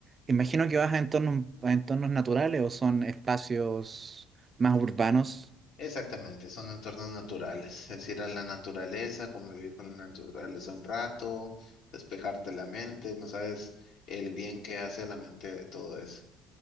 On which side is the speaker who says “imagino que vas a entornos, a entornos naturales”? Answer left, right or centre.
Right